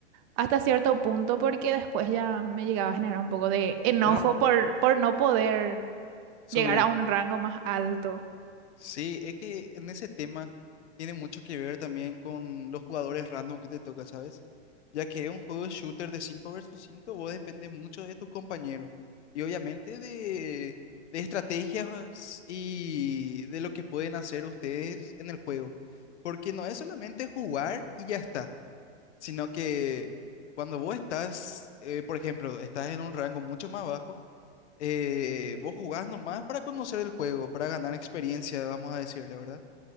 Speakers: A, on the right; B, on the left.
A: hasta cierto punto, porque después ya me llegaba a generar un poco de enojo
B: Claro,
A: por, por no poder
B: subir.
A: llegar a un rango más alto.
B: Sí, es que en ese tema tiene mucho que ver también con los jugadores random que te toca, ¿sabes? Ya que es un juego shooter de 5 versus 5. vos depende mucho de tus compañeros y obviamente de, de estrategias y de lo que pueden hacer ustedes en el juego. Porque no es solamente jugar y ya está, sino que cuando vos estás, eh, por ejemplo, estás en un rango mucho más bajo, eh, vos jugás nomás para conocer el juego, para ganar experiencia, vamos a decirle, ¿verdad?